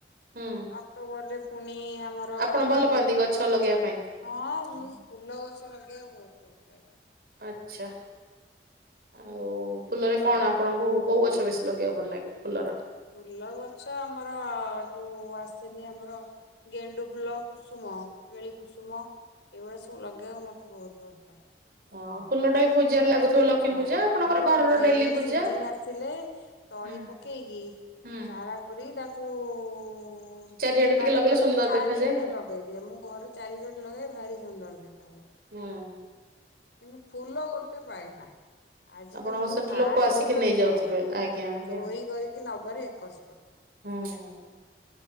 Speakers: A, on the right (about 55°); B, on the left (about 85°).
A: ହୁଁ।
B: ଅକ୍ଟୋବରରେ ପୁଣି ଆମର
A: ଆପଣ ଭଲ
B: ମା
A: ପାଆନ୍ତି
B: ଲକ୍ଷ୍ମୀଙ୍କ
A: ଗଛ
B: ପୂଜା।
A: ଲଗେଇବା ପାଇଁ?
B: ହଁ ମୁ ଫୁଲ ଗଛ ଲଗେଇବା ବହୁତ ଭଲ ପାଏ।
A: ଆଛା ଆଉ ଫୁଲରେ କଣ?
B: ହଁ
A: ଆପଣଙ୍କୁ କୋଉ ଗଛ ବେଶୀ ଲଗେଇବାକୁ ଭଲ ଲାଗେ ଫୁଲର?
B: ଫୁଲ ଗଛ ଆମର ଯୋଉ ଆସେନି ଆମର ଗେଣ୍ଡୁ ଫୁଲ କୁସୁମ ଳି କୁସୁମ ଏଇଭଳିଆ ସବୁ ଲଗେଇବାକୁ ମତେ ବହୁତ ଭଲ ପାଏ।
A: ହଁ
B: ହୁଁ
A: ଫୁଲଟା ବି ପୂଜାରେ ଲାଗୁଥିବ ଲକ୍ଷ୍ମୀ
B: ହଁ
A: ପୂଜା ଆପଣଙ୍କର
B: ମୁଁ
A: ଘରର
B: ଏଇ
A: ଡେଲି ପୂଜା।
B: ସିଜିନ୍ ଆସିଲେ ତଳି
A: ହୁଁ।
B: ପକେଇକି
A: ହୁଁ
B: ଚାରା କରି ତାକୁ ହଁ।
A: ଚାରିଆଡେ ଟିକେ
B: ଧାଡି
A: ଲଗେଇଲେ
B: ଧାଡି
A: ସୁନ୍ଦର
B: ଚାରିଆଡେ
A: ଦେଖାଯାଏ ଆଉ।
B: ଲଗେଇଦିଏ ମୁଁ ଘର ଚାରିଆଡେ ଲଗେଇ ଭାରି ସୁନ୍ଦର ଦେଖା ହୁଏ।
A: ହଁ।
B: କିନ୍ତୁ ଫୁଲ ଗୋଟେ ପାଏ ନା। ଆଜିକାଲି
A: ଆପଣଙ୍କ
B: ଯୋଉ
A: ସେଠି
B: ଗାଁରେ
A: ଲୋକ ଆସିକି
B: ଯୋଉ ଲୋକ
A: ନେଇଯାଉଥିବେ ଆଜ୍ଞା ଆଜ୍ଞା
B: ଚୋରି କରକି ନବାରେ ଏକସ୍ପଟ।
A: ହଁ।